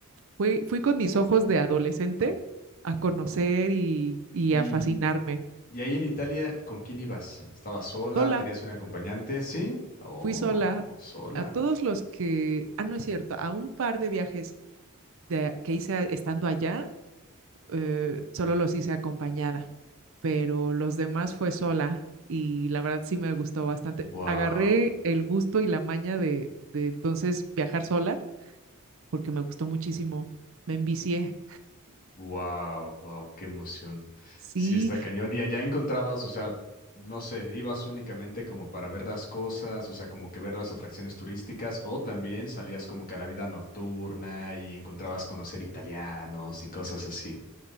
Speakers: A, on the right; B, on the left.
A: fui, fui con mis ojos de adolescente a conocer y, y
B: y
A: a fascinarme.
B: Y ahí en Italia, ¿con quién ibas? ¿Estabas sola?
A: Sola
B: ¿Tenías un acompañante? Sí. Oh,
A: fui sola
B: sola.
A: a todos los que, ah, no es cierto, a un par de viajes de, que hice estando allá, eh, solo los hice acompañada, pero los demás fue sola y la verdad sí me gustó bastante.
B: Wow,
A: Agarré el gusto y la maña de, de entonces viajar sola porque me gustó muchísimo, me envicié.
B: wow, wow, qué emoción.
A: Sí,
B: Sí, está cañón. Y allá encontrabas, o sea, no sé, ibas únicamente como para ver las cosas, o sea, como que ver las atracciones turísticas, o también salías como que a la vida nocturna y encontrabas conocer italianos y cosas así.